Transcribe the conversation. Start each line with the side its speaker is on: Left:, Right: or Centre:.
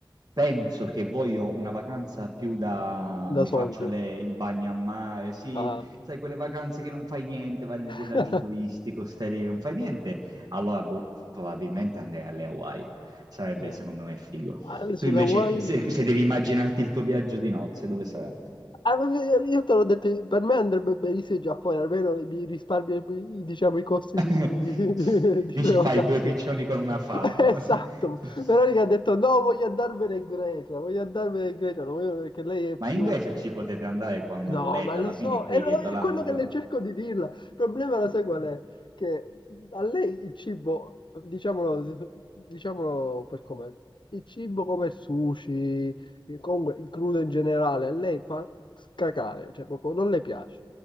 Right: penso che voglio una vacanza più da...
Left: ده
Right: mi
Left: صعب
Right: faccio le- il bagno a mare, sì,
Left: آه.
Right: sai, quelle vacanze che non fai niente, vai nel
Left: <laughs>
Right: villaggio turistico, stai lì, non fai niente, allora boh, probabilmente andrei alle Hawaii. Sarebbe
Left: Eh.
Right: secondo me figo.
Left: Ah, sulla
Right: Tu invece,
Left: Hawaii
Right: se, se devi immaginarti il tuo viaggio di nozze, dove sarà?
Left: ah, ma io te l'ho detto per me andrebbe benissimo il Giappone almeno mi risparmio diciamo i costi
Right: <laughs>
Left: di, di- <laughs> di- di
Right: Dici
Left: prenotazione
Right: fai due piccioni con una
Left: <laughs>
Right: fava.
Left: esatto Veronica
Right: <laughs>
Left: ha detto no voglio andarmene in Grecia voglio andarmene in Grecia non voglio- perché lei è più
Right: Ma in Grecia ci potete andare quando
Left: No,
Right: volete,
Left: ma
Right: alla
Left: lo so,
Right: fine è qui
Left: è, lo-
Right: dietro
Left: è
Right: l'angolo.
Left: quello che le cerco di dirla. Il problema lo
Right: Eh,
Left: sai qual è? Che a lei il cibo, diciamolo, diciamolo per com'è, il cibo come il sushi, eh, comunque il crudo in generale, a lei fa cacare, cioè proprio non le piace.